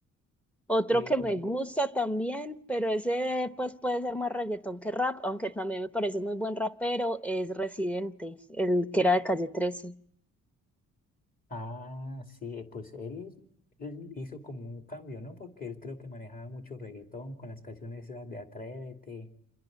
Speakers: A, in the centre; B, on the left.
A: Otro
B: Sí,
A: que
B: pues
A: me gusta también, pero ese pues puede ser más reggaetón que rap, aunque también me parece muy buen rapero, es Residente, el que era de Calle 13.
B: Ah, sí, eh, pues él, él hizo como un cambio, ¿no? Porque él creo que manejaba mucho reggaetón con las canciones esas de Atrévete